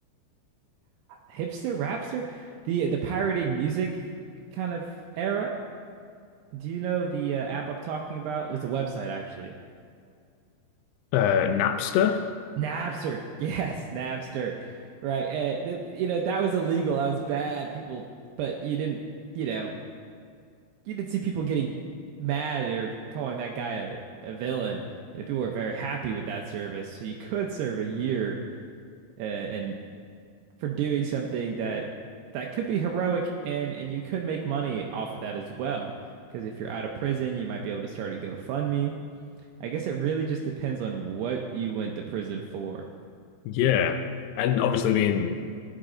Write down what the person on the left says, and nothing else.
Uh, Napster.
Yeah. And obviously being